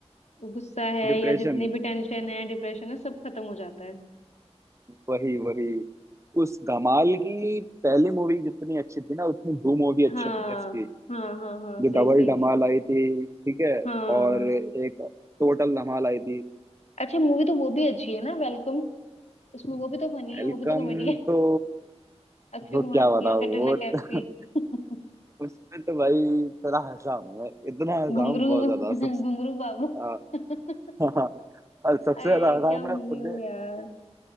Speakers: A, on the left (about 80°); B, on the right (about 25°).
A: गुस्सा है
B: डिप्रेशन
A: या जितनी भी टेंशन है डिप्रेशन है सब खत्म हो जाता है
B: वही वही उस धमाल की पहली मूवी जितनी अच्छी थी ना उतनी दो मूवी अच्छी
A: हाँ
B: नहीं है उसकी
A: हाँ हाँ हाँ
B: जो
A: सही
B: डबल
A: सही
B: धमाल
A: कह रहे हो
B: आई थी ठीक है
A: हाँ
B: और एक टोटल धमाल आई थी
A: अच्छा मूवी तो वो भी अच्छी है ना वेलकम उसमें वो भी तो फनी है
B: वेलकम
A: वो भी तो कॉमेडी है
B: तो
A: अक्षय
B: वो
A: कुमार
B: क्या
A: की
B: बताओ
A: और कटरीना
B: वो
A: कैफ
B: <laughs>
A: की <laughs>
B: उसमें तो भाई इतना हंसा हूं मैं इतना हंसा
A: घुंगरू
B: हूं बहुत ज्यादा
A: <laughs>
B: सबसे
A: घुंगरू बाबू
B: आ,
A: <laughs>
B: <laughs> और सबसे
A: अरे
B: ज्यादा हंसा
A: क्या
B: हूं
A: मूवी
B: मैं उदय
A: हो यार